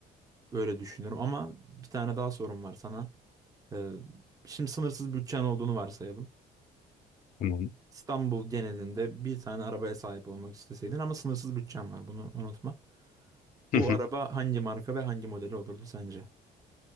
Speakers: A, on the right; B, on the left.
A: Böyle düşünüyorum ama bir tane daha sorum var sana. Ee, şimdi sınırsız bütçen olduğunu varsayalım.
B: Tamam.
A: İstanbul genelinde bir tane arabaya sahip olmak isteseydin ama sınırsız bütçen var bunu unutma.
B: Hı
A: Bu
B: hı.
A: araba hangi marka ve hangi modeli olurdu sence?